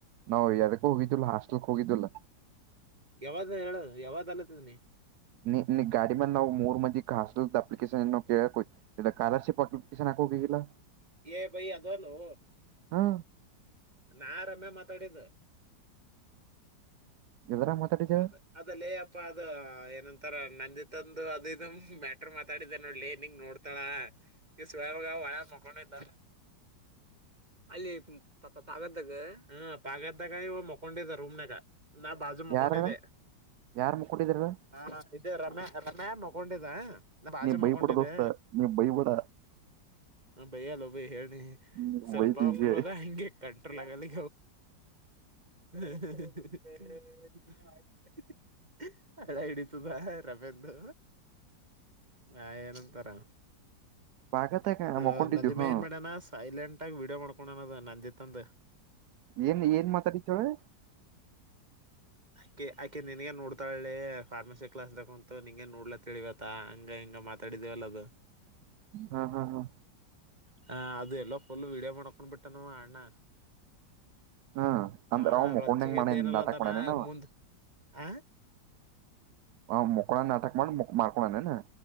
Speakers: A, on the right; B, on the right.
A: ನಾ ಯದಕ್ಕ ಹೋಗಿದ್ದುಲ್ಲ ಹಾಸ್ಟೆಲ್ಕ್ ಹೋಗಿದ್ದುಲ್ಲ.
B: ಯಾವ್ದ ಹೇಳು ಯಾವ್ದ್ ಅದತದನಿ.
A: ನೀ ನೀ ಗಾಡಿ ಮಂದ್ ನಾವು ಮೂರ್ ಮಂದಿ ಹಾಸ್ಟಲ್ದ ಅಪ್ಲಿಕೇಶನ್. <unintelligible> ಸ್ಕಾಲರ್ಶಿಪ್ ಅಪ್ಲಿಕೇಶನ್ ಆಕೋಗ ಅಗಿಇಲ್ಲ.
B: ಏ ಭೈ ಅದಲ್ಲೋ.
A: ಹಾ
B: ನಾ ರಮ್ಯ ಮಾತಾಡಿದ್ದು.
A: ಎದರಾಗ ಮಾತಾಡಿದ
B: ಅ ಅದಲ್ಲೆ ಅಪ್ಪಾ ಅದ ಏನಂತಾರ ನಂಜಿ ತಂದು ಅದು ಇದು ಮ ಮಾತಾಡಿದ್ದೆ ನೋಡ್ಲಿ ನಿಂಗ ನೋಡ್ತಾಳ ಈ ಸ್ಯಾವಾಗ ಒಳ ಮಕೊಂಡ್ದ
A: ಹ
B: ಅಲ್ಲಿ ಪ ಪ ಪ ಪಾಗದ್ದಾಗ ಹ್ಮ ಪಾಗದ್ದಾಗ ಇವ ಮಕೊಂಡಿದ್ದ ರೂಮ್ನಾಗ ನಾ ಬಾಜು ತಕೊಂಡಿದ್ದೆ.
A: ಯಾರ ಯಾರ್ ಮುಕ್ಕಟ್ಟಿದರು.
B: ನಾ ಇದೆ ರಮ್ಯಾ ರಮ್ಯಾ ಮಕೊಂಡಿದ್ದೆ ನ ಬಾಜು
A: ನೀ ಬೈಬಿಡ
B: ಮಕೊಂಡಿದ್ದೆ.
A: ದೋಸ್ತ ನೀ ಬೈಬಿಡ
B: ಹ ಬಯ್ಯಲ್ಲ ಬಯ್ ಹೇಳಿ
A: ನೀ
B: ಸ್ವಲ್ಪ
A: ಬೈದಿ ಈಗ
B: ಫ್ಲೋ ದ ಹಂಗೆ ಕಂಟ್ರಲ್ ಆಗಲ್ಲಿ. <unintelligible> ಹಳ್ಳ ಹಿಡಿತದಾ ರಮ್ಯಂದು. ನಾ ಏನಂತರನ.
A: ಪಾಗತಾಗ
B: ಅದು
A: ಮಕೊಂಡಿದ್ದು
B: ನದಿ ಮೇ
A: ಹಾ
B: ಏನ್ ಮಾಡ್ಯಾಣ ಸೈಲೆಂಟ್ ಆಗಿ ವೀಡಿಯೋ ಮಾಡ್ಕೊಂಡಣದು ನಂದಿತ್ಂದು.
A: ಏನ್ ಏನ್ ಮಾತಾಡತಳೊ.
B: ಆಕಿ ಆಕಿ ನಿನ್ಗೇ ನೋಡ್ತಾಳ್ಳೆ ಫಾರ್ಮಸಿ ಕ್ಲಾಸ್ ದಾಕುಂತು ನಿಂಗೆ ನೋಡ್ಲ ತಿವತ್ತ ಹಂಗ ಹಿಂಗ. ಮಾತಾಡಿದೇವಲ್ಲ ಅದು.
A: ಹಾ ಹಾ ಹಾ
B: ಹ ಅದು ಎಲ್ಲ ಫುಲ್ ವೀಡಿಯೋ ಮಾಡಕೊಂಡ್ ಬಿಟ್ಟಣ ಅಣ್ಣ.
A: ಹಾ
B: ಹಾ
A: ಅಂದ್ರ ಅವ್ ಮುಕೊಂಡಂಗ
B: ರೊಚ್ಚೆಗೆ
A: ಮಾಡ
B: ಎದ್ದೇ ಎನಲ್ಲತಾನ
A: ನಾಟಕ ಮಾಡೇನ ಅವ
B: ಮುಂದ್. ಆಂ
A: ಹ ಮಕ್ಕೊಳ ನಾಟಕ ಮಾಡಿ ಮಾಡ್ಕೊಂಡನೇನು.